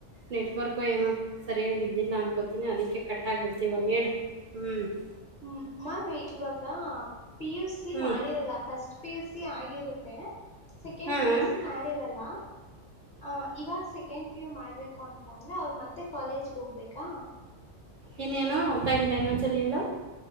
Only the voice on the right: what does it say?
ನೆಟ್ವರ್ಕು ಏನೋ! ಸರಿಯಾಗಿದ್ದಿಲ್ಲಾನ. <unintelligible> ಕೊಡುತ್ತೀನಿ, ಕಟ್ಟಾಗ್ಬಿಟ್ಟಿದು, ಇವಾಗ, ಹೇಳು, ಹ್ಮ್. <unintelligible>
ಹ್ಮ್
ಹಾ
ಹಾ
ಏನೇನೋ ಅರ್ಥ ಆಗಿಲ್ಲ ಇನ್ನೊಂದ್ಸಲ ಹೇಳು